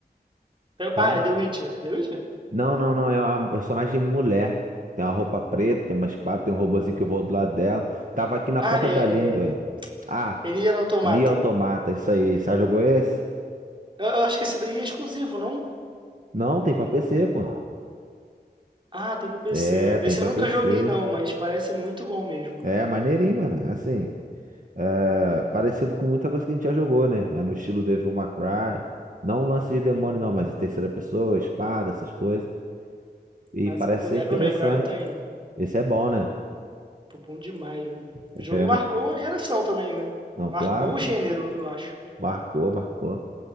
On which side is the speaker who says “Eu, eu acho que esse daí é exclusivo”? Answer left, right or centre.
Right